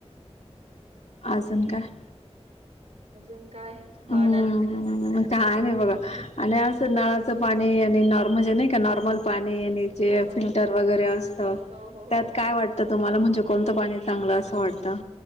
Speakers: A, on the left; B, on the right.
A: अजून काय?
B: अजून काय?
A: हम्म.
B: बाड
A: मग काही नाही बघा
B: बस
A: आणि असं नळ च पाणी आणि नॉर्मल नाही का नॉर्मल पाणी आणि जे
B: हो
A: फिल्टर वगैरे असत
B: हो हो
A: त्यात
B: हो
A: काय वाट आता तुम्हाला म्हणजे कोणतं पाणी चांगलं असं वाटतं?